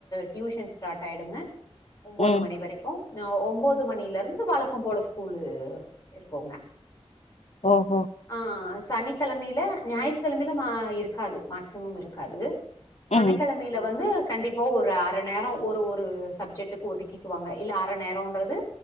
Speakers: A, on the left; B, on the left.
A: டியூஷன் ஸ்டாட் ஆய்டுங்க ஒம்போது
B: ம்
A: மணி வரைக்கு னவ் ஒம்போது மணிலருந்து வழக்கொ போல ஸ்கூலு இருக்கோங்க
B: ஓஹோ
A: ஆ ஸ் சனி கெளமைல ஞாயித்துக்கெளமைல மா இருக்காது மேக்சிமம் இருக்காது
B: ம்
A: சனிக்கெளமைல வந்து கண்டிப்பா ஒரு அர நேரோ ஒரு ஒரு சப்ஜெட்டுக்கு ஒதுக்கிக்குவாங்க இல்ல அர நேரோன்றது